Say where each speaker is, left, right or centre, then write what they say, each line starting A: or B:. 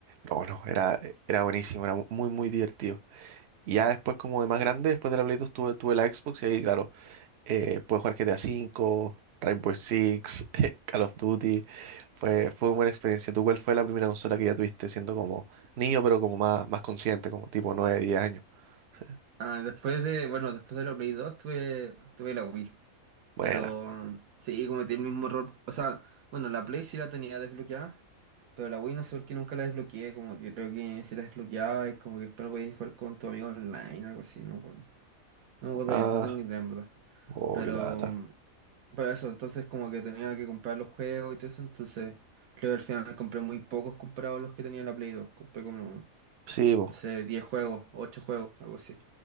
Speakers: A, on the right; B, on the right.
A: no, no, era, era buenísimo, era muy muy divertido. Y
B: no.
A: ya después como de más grande, después de la Play 2 tuve, tuve la Xbox y ahí claro eh, pude jugar GTA V, Rainbow Six, <laughs> Call of Duty. Fue, fue una buena experiencia. ¿Tú cuál fue la primera consola que ya tuviste siendo como niño, pero como más, más consciente, como tipo 9 10 años? Sí.
B: Ah, después de, bueno, después de la Play 2 tuve, tuve la Wii.
A: Buena.
B: Pero sí, cometí el mismo error. O sea, bueno, la Play sí la tenía desbloqueada, pero la Wii no sé por qué nunca la desbloqueé. Como que creo que sí la desbloqueaba y como que después no podías jugar con tu amigo online, algo así, no me acuerdo. No me acuerdo
A: Ah,
B: bien, no tengo ni idea en verdad.
A: oh,
B: Pero,
A: qué lata.
B: mm, pero eso, entonces como que tenía que comprar los juegos y todo eso, entonces creo que al final compré muy pocos comprados los que tenía en la Play dos Compré como
A: Sí, pues,
B: no sé, 10 juegos, 8 juegos, algo así.